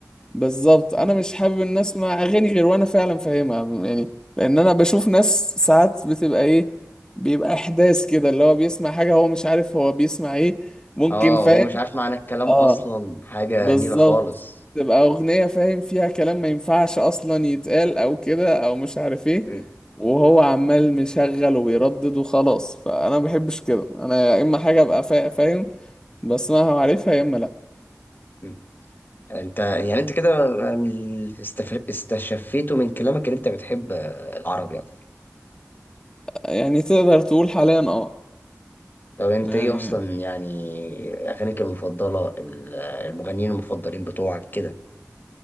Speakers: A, on the left (about 15°); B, on the left (about 40°).
A: بالظبط انا مش حابب ان اسمع اغاني غير وانا فعلا فاهمها يعني لان انا بشوف ناس ساعات بتبقى ايه بيبقى احداث كده اللي هو بيسمع حاجة هو مش عارف هو بيسمع ايه ممكن
B: اه
A: فاهم
B: هو مش عارف معنى الكلام
A: اه
B: اصلا حاجه
A: بالظبط
B: نيله خالص
A: تبقى أغنية فاهم فيها كلام ما ينفعش أصلا يتقال أو كده أو مش عارف إيه
B: امم
A: وهو عمال مشغل وبيردد وخلاص فأنا ما بحبش كده أنا يا إما حاجة أبقى فا- فاهم بسمعها وعارفها يا إما لأ
B: امم انت يعني انت كده من ال- استف... استشفيته من كلامك ان انت بتحب آه، العربي يعني.
A: يعني تقدر تقول حاليا أه
B: طب انت
A: يعني
B: ايه اصلا يعني اغانيك المفضله ال- المغنيين المفضلين بتوعك كده